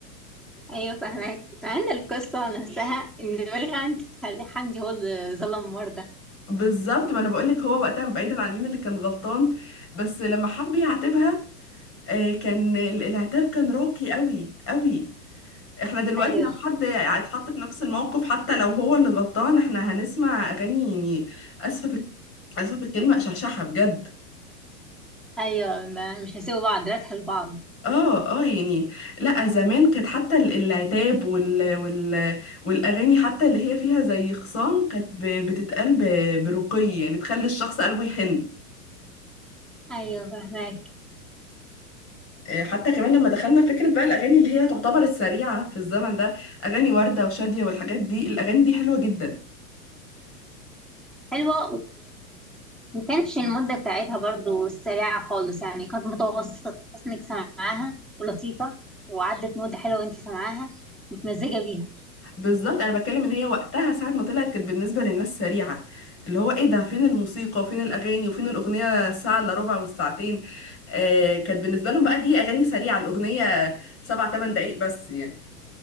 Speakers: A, in the centre; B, on the left.
A: ايوه فاهماك مع ان القصه نفسها ان بلغ عندي حمدي هو اللي ظلم مرده
B: بالظبط ما انا بقولك هو وقتها بعيدا عن مين اللي كان غلطان بس لما حب يعاتبها آه، كان ال- العتاب كان راقي قوي قوي احنا دلوقتي
A: ايوه
B: لو حد اتحط في نفس الموقف حتى لو هو اللي غلطان احنا هنسمع اغاني يعني اسفه في اسفه في الكلمه شرشحه بجد
A: ايوه ما مش هيسيبوا بعض راتها لبعض
B: اه اه يعني لا زمان كانت حتى ال- العتاب وال... وال... والاغاني حتى اللي هي فيها زي خصام كانت ب... بتتقال ب... برقي يعني تخلي الشخص قلبه يحن
A: ايوه فاهماك
B: آه، حتى كمان لما دخلنا في فكرة بقى الأغاني اللي هي تعتبر السريعة في الزمن ده أغاني وردة وشادية والحاجات دي الأغاني دي حلوة جدا
A: حلوه ما كانتش المدة بتاعتها برضو سريعة خالص يعني كانت متوسطة تحس انك سامعاها ولطيفة وعدت مدة حلوة وانت سامعاها متمزجة بيها
B: بالظبط انا بتكلم ان هي وقتها ساعه ما طلعت كانت بالنسبه للناس سريعه اللي هو ايه ده فين الموسيقى وفين الاغاني وفين الاغنيه الساعه الا ربع والساعتين آه كانت بالنسبه لهم بقى دي اغاني سريعه الاغنيه سبع ثمان دقائق بس يعني